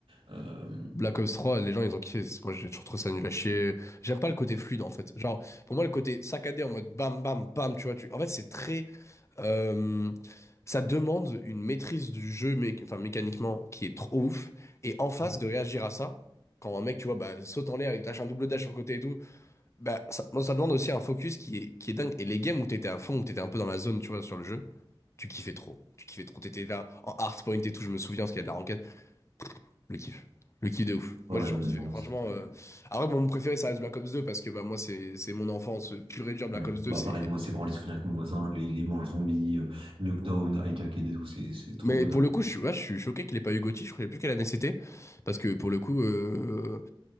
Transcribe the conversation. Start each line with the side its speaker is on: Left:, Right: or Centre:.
Right: Euh,
Left: Black Ops 3, les gens ils ont kiffé. C'est- Moi j'ai toujours trouvé ça nul à chier. J'aime pas le côté fluide en fait. Genre, pour moi le côté saccadé en mode bam bam bam, tu vois. Tu... En fait, c'est très. euh, Ça demande une maîtrise du jeu mé- enfin, mécaniquement qui est trop ouf. Et en face
Right: Ouais,
Left: de réagir à ça, quand un mec, tu vois, bah, saute en l'air, il te lâche un double dash sur le côté et tout, bah, ça, moi, ça demande aussi un focus qui est, qui est dingue. Et les games où t'étais à fond, où t'étais un peu dans la zone, tu vois, sur le jeu, tu kiffais trop. Tu kiffais trop. T'étais là en hardpoint et tout, je me souviens, parce qu'il y a de la ranked. Le kiff. Le kiff de ouf.
Right: non,
Left: Moi, j'ai toujours
Right: mais
Left: kiffé.
Right: vraiment,
Left: Franchement,
Right: c'était.
Left: euh, après, bon, mon préféré, ça reste Black Ops 2 parce que bah, moi, c'est c'est mon enfance pure et dure. Black
Right: Ouais.
Left: Ops 2,
Right: Bah,
Left: c'est.
Right: pareil, moi, c'est vraiment les souvenirs avec mon voisin, les, les manches zombies, euh, Nuketown, Hijacked et tout, c'est c'est trop
Left: Mais
Right: le bonheur.
Left: pour le coup, je suis, ouais, je suis choqué qu'il ait pas eu GOTY. Je ne savais plus quelle année c'était. Parce que pour le coup, euh,